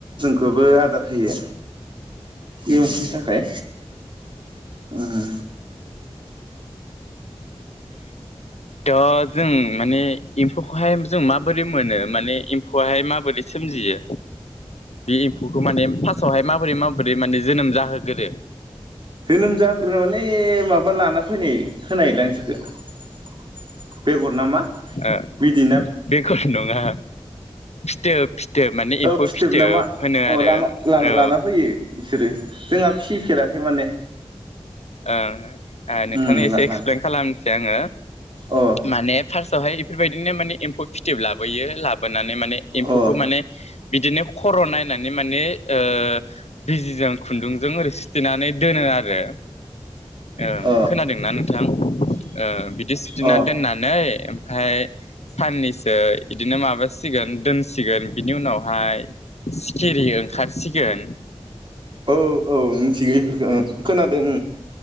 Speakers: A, on the right; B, on the left.
A: गोबो आरो आगार होयो। इ
B: उम
A: एमफुनि
B: उम
A: थाखाय उम
B: टो जों माने एम्फौखौहाय जों माबोरै मोनो माने एम्फौआहाय माबोरै सोमजियो बे एम्फौखौ माने फार्स्टआवहाय माबोरै माबोरै माने जोनोम जाहोगोरो।
A: जोनोम जाग्रोन माने माबा लाना फैनाय खोनायोलां इसोरखो बेगर ना मा
B: ओ
A: बिदै
B: बेखौ नङा फिथोब फिथोब माने एम्फौ
A: औ फिथोब नामा
B: होनो आरो
A: औना
B: औ
A: लाना फैयो बिसोरो जोंहा फिसिफेराखै माने
B: ओं ओ नोंथांनो
A: उम लाना
B: एसे एक्सप्लेन खालामनोसै आङो
A: अ
B: माने साहाय इफोरबायदिनो माने एम्फौ फिथोब लाबोयो लाबोनानै माने एम्फौखौ
A: अ
B: माने बिदिनो खर' नायनानै माने ओ बिजिजों खुन्दुंजों ओरै सिथेनानै दोनो आरो ओं
A: अ
B: खोनादों ना नों बिथां ओ बि दि सिथिना
A: अ
B: दोन्नानै ओमफाय साननैसो बिदिनो माबासिगोन दोनसिगोन बिनि उनावहाय सिखिरि ओंखारसिगोन
A: औ मिथिगौ बेफोरखौ ओं खोनादों ओं